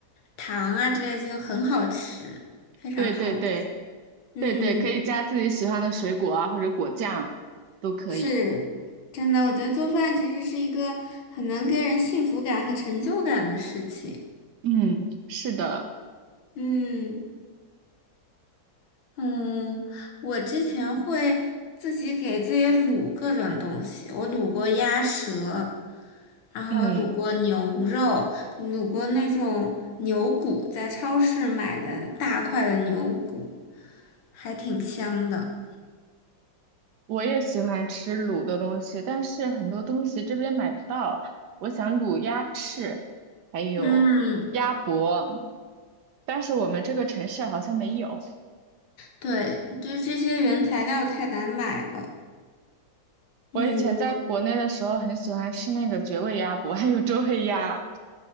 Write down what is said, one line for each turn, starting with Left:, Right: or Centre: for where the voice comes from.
Left: 糖啊之类，就很好吃，非常好吃。
Right: 对对对
Left: 嗯，
Right: 对对，可以加自己喜欢的水果啊，或者果酱都可以。
Left: 是真的，我觉得做饭其实是一个很能给人幸福感和成就感的事情。
Right: 嗯，是的，
Left: 嗯嗯，我之前会自己给自己卤各种东西，我卤过鸭舌，然后卤过牛肉，
Right: 嗯。
Left: 卤过那种牛骨，在超市买的大块的牛骨。还挺香的。
Right: 我也喜欢吃卤的东西，但是很多东西这边买不到。我想卤鸭翅，还有鸭脖，
Left: 嗯，
Right: 但是我们这个城市好像没有。
Left: 对，就这些原材料太难买了。嗯，
Right: 我以前在国内的时候很喜欢吃那个绝味鸭脖，
Left: 我
Right: <laughs> 还有周黑鸭。